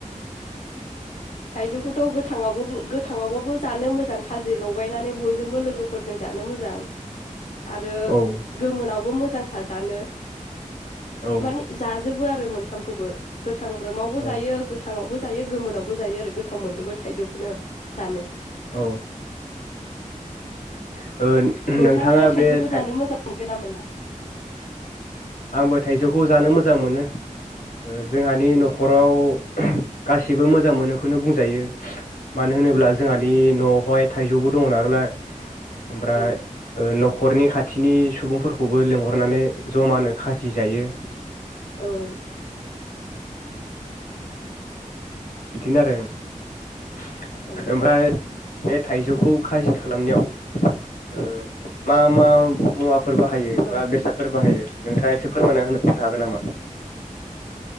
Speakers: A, on the left; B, on the left.
A: थाइजौखौथ गोथाङाव गोथाङावबाबो जानो मोजां खाजि लगायनानै बयजोंबो लोगोफोरजों जानो मोजां आरो
B: औ
A: गोमोनाव बो मोजांखा जानो
B: औ
A: माने जा जोबो आरो मोनथामखौबो गोथां ब्रोमावबो
B: औ
A: जायो गोथां। ङावबो जायो गोमोनावबो जायो आरो गोथाव मोनजोबो थाइजौखौनो जानो
B: औ औ ओ
A: नोंथाङालाय
B: नोंथाङा
A: थाइजौखौ
B: बे थाइ
A: जानो मोजां मोनो मोना
B: आंबो थाइजौखौ जानो मोजां मोनो ओ जोंहानि
A: औ
B: न'खराव गासिबो मोजां मोनोखौनो बुंजायो मानो होनोब्ला
A: औ
B: जोंहानि न' बेहाय थाइजौबो दङ नालाय ओमफ्राय
A: औ
B: न' हरनि खाथिनि सुबुंफोरखौबो लेंहरनानै जमानो खाजि जायो
A: औ
B: <inaudible> बिदिनो आरो ओं
A: औ
B: ओमफ्राय बे थाइजौखौ खाजि खालामनायाव ओ मा मा मुवा फोर बाहायो
A: औ
B: बा बेसादफोर बाहायो नोंथाङा एसे फोरमायना होनो होनो हागोन नामा?